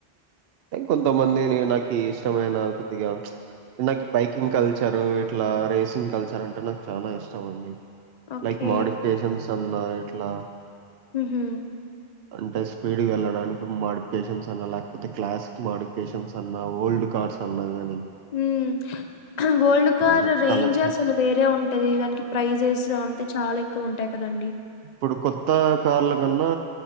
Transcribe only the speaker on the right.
అ కొంతమంది న నా ఇష్టమైన కొద్దిగా బైకింగ్ కల్సి కల్చారు ఇట్లా రేసింగ్ కల్చర్ అంటే నాకు చాలా ఇష్టం అండి
లైక్ మాడిఫికేషన్స్ అన్నా ఇట్లా
అంటే స్పీడ్ వెళ్ళడానికి మాడిఫికేషన్స్ అన్నా లేకపో అ క్లాసిక్ మాడిఫికేషన్స్ అన్నా ఓల్డ్ కార్డ్స్ అన్నా కానీ
నాకు
కలెక్షన్స్
ఇప్పుడు కొత్త కార్ల కన్నా